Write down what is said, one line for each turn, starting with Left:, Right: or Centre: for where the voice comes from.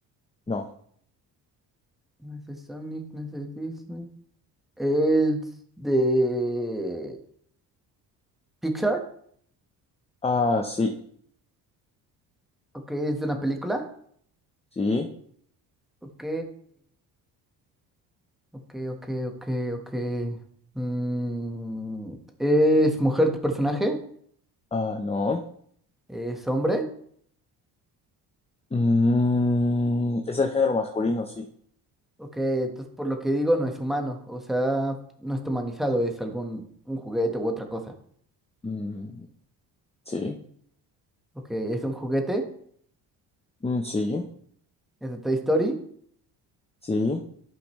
Left: no.
Centre: No es de Sonic, no es de Disney. Es de Pixar.
Left: Ah, sí,
Centre: Ok, es de una película.
Left: sí.
Centre: Ok, ok, ok, ok, ok. Mm, ¿es mujer tu personaje?
Left: Ah, no.
Centre: ¿Es hombre?
Left: Mm, es el género masculino, sí.
Centre: Ok, entonces por lo que digo no es humano. O sea, no está humanizado, es algún un juguete u otra cosa.
Left: Mm, Sí,
Centre: Ok, es un juguete.
Left: mm, sí,
Centre: Es de Toy Story.
Left: sí.